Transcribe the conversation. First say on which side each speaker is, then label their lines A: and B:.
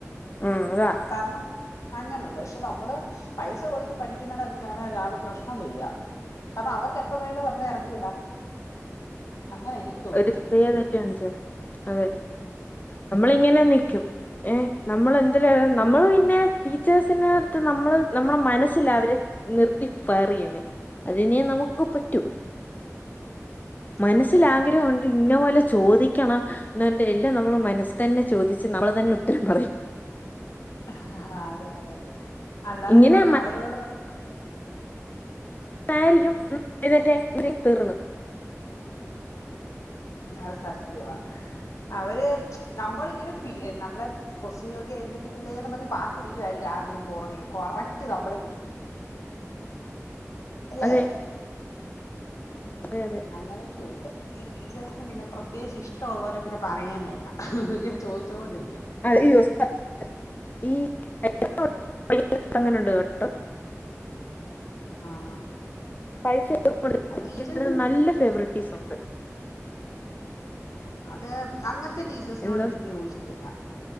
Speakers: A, on the left; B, on the left.
A: ഉം അതാ
B: കാരണം അങ്ങനെണ്ട് പക്ഷെ നമ്മള് പൈസ കൊടുത്ത് പഠിക്കുന്നണൊക്കേണ് പ്രശ്നം വരിക കാരണം അവർക്ക് എപ്പ വേണെലും നമ്മളെ എറക്കി വിടാം അങ്ങനെ എനിക്ക് തോന്നുന്നേ
A: ഒരു ചെറിയ തെറ്റ കാണിച്ചത് അതെ
B: ഉം
A: നമ്മളിങ്ങനെ നിക്കും ഏ നമ്മൾ എന്ത്ല നമ്മള് പിന്നെ ടീച്ചേഴ്സിനടുത്ത് നമ്മള് നമ്മളുടെ മനസ്സില അവരെ നിർത്തി ഫയറേയ്യുന്നേ അതിനെ നമു ക്ക് പറ്റു മനസ്സിൽ
B: അതെ അതെ
A: ആഗ്രഹം ഒണ്ട്
B: അത്
A: ഇന്ന പോലെ ചോദി ക്കണം എന്ന് പറഞ്ഞിട്ട് എല്ലാം നമ്മള് മനസ് തന്നെ ചോദിച്ച് നമ്മള് തന്നെ ഉത്തരം പറയും
B: ആഹ് അതെ അതെ അല്ലാതിപ്പം
A: ഇങ്ങനെ
B: അവരോട്
A: <unintelligible> ഉം എഴുന്നേറ്റെ <unintelligible> തീർന്ന്
B: അത് സത്യവാ അവര് നമ്മളിങ്ങനെ പി നമ്മളെ ക്വാസ്റ്റ്യാൻ ചോയ്ക്കാൻ എഴുന്നേൽപ്പിക്കല്ലേന്നും പറഞ്ഞ് പത്തിരിക്കുവായിരിക്കും <unintelligible> പോറകിലും കറക്റ്റ് നമ്മളെ പിടിക്കും അല്ലെ
A: അതെ
B: ഉം
A: അതെ അതെ
B: അങ്ങനെ ക്കെയുണ്ട് ഈ ടീച്ചേഴ്സിന് പിന്നെ പ്രത്യേകിച്ച് ഇഷ്ട്ടോള്ളവരെ പിന്നെ പറയേം വേണ്ട ചോദിച്ചോണ്ടിരി
A: <unintelligible> ഈ <unintelligible> അങ്ങനൊണ്ട് കേട്ടോ
B: ആഹ്
A: പൈസ <unintelligible>
B: ആ ടീച്ചേഴ്സ്
A: നല്ല ഫേവറിറ്റീസ് ഒണ്ട്
B: ആഹ് അത് അങ്ങനത്തെ ടീച്ചേഴ്സിനോട്
A: എന്താ
B: എനിക്ക് യോജിപ്പില്ല